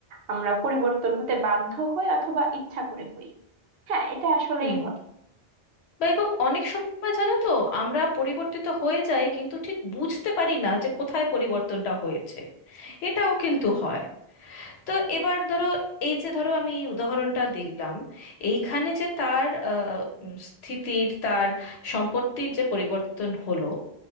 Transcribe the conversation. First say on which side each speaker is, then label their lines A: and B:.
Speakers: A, on the right; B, on the left.
A: আমরা পরিবর্তন হতে বাধ্য হই অথবা ইচ্ছা করে হই হ্যাঁ এটা আসলেই
B: হুম
A: হয়
B: বা এবং অনেক সময় জানো তো আমরা পরিবর্তিত হয়ে যাই কিন্তু ঠিক বুঝতে পারি না যে কোথায় পরিবর্তনটা হয়েছে এটাও কিন্তু হয় তো এবার ধরো এই যে ধরো আমি এই উদাহরণটা দিলাম এইখানে যে তার আহ, উম, স্থিতির তার সম্পত্তির যে পরিবর্তন হলো